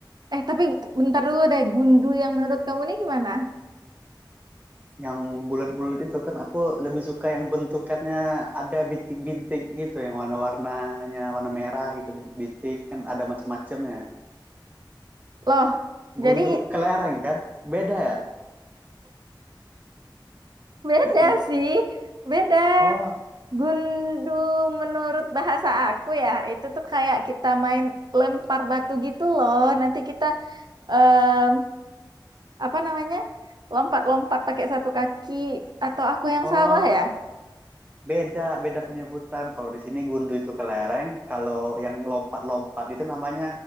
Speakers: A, on the right; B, on the right.
A: Eh, tapi bentar dulu deh, Gundul yang menurut kamu nih gimana?
B: Yang bulat-bulat itu kan aku lebih suka yang bentukannya ada bintik-bintik gitu, yang warna-warnanya warna merah gitu, bintik-bintik kan ada macam-macamnya.
A: Loh, jadi
B: Gundu kelereng kan? Beda ya?
A: beda
B: Nggak lanjut.
A: sih. Beda.
B: Oh,
A: Gundul menurut bahasa aku ya, itu tuh kayak kita main lempar batu gitu loh. Nanti kita em, apa namanya? Lompat-lompat pakai satu kaki atau aku yang
B: oh,
A: salah ya?
B: beda, beda penyebutan. Kalau di sini gundu itu kelereng, kalau yang lompat-lompat itu namanya